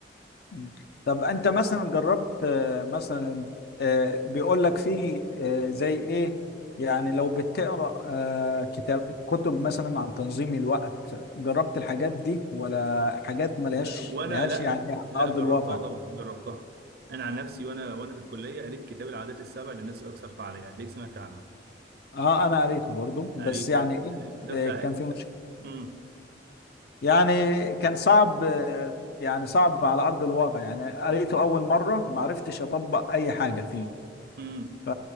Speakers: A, on the left (about 55°); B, on the right (about 55°).
A: مم. طب انت مثلا جربت آه، مثلا آه، بيقول لك في آه، زي ايه يعني لو بتقرا آه، كتاب كتب مثلا عن تنظيم الوقت جربت الحاجات دي ولا حاجات ملهاش
B: آه، وانا
A: لهاش
B: لا
A: يعني على
B: لا
A: ارض
B: جربتها
A: الواقع
B: طبعا جربتها انا عن نفسي وانا وانا في الكليه قريت كتاب العادات السبع للناس الاكثر فعاليه هتلاقيك سمعت عنه
A: اه انا قريته برضو بس
B: قريته
A: يعني
B: الك-
A: ايه
B: الكتاب
A: آه،
B: ده
A: كان
B: الكتاب
A: في مشكله
B: امم
A: يعني كان صعب آه، يعني صعب على ارض الواقع يعني قريته اول مره ما عرفتش اطبق اي حاجه فيه
B: امم
A: ف-